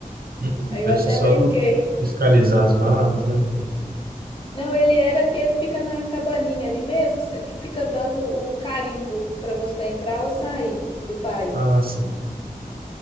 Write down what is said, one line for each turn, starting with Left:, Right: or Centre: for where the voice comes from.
Right: Uhum.
Left: Aí eu
Right: Deve
Left: até
Right: ser só
Left: brinquei.
Right: do fiscalizar as malas, né? tudo.
Left: Não, ele era aquele que fica na cabaninha ali mesmo, que se- que fica dando o carimbo para você entrar ou sair do país.
Right: Ah, sim.